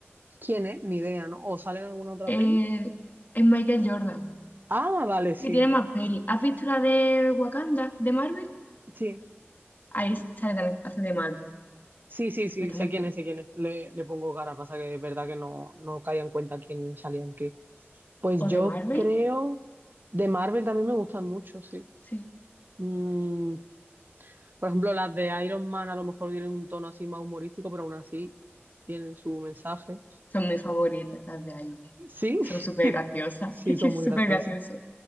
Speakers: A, on the right; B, on the left.
A: ¿Quién es? Ni idea, ¿no? ¿O sale en alguna otra
B: Eh,
A: peli?
B: es Michael Jordan.
A: Ah, vale, sí,
B: Y tiene más
A: vale.
B: peli. ¿Has visto la de Wakanda, de Marvel?
A: Sí.
B: Ahí sale también, hace de Marvel,
A: Sí, sí, sí,
B: pero está
A: sé
B: muy
A: quién
B: chula.
A: es, sé quién es. Le, le pongo cara, pasa que es verdad que no, no caía en cuenta quién salía en qué. Pues
B: ¿O
A: yo
B: de Marvel?
A: creo, de Marvel también me gustan mucho, sí.
B: Sí.
A: Mm, por ejemplo, las de Iron Man a lo mejor tienen un tono así más humorístico, pero aún así tienen su mensaje.
B: Son mis favoritas, las de Iron Man.
A: Sí, <laughs>
B: Son súper graciosas.
A: sí,
B: <laughs> Es
A: son
B: que es
A: muy
B: súper
A: graciosas.
B: gracioso.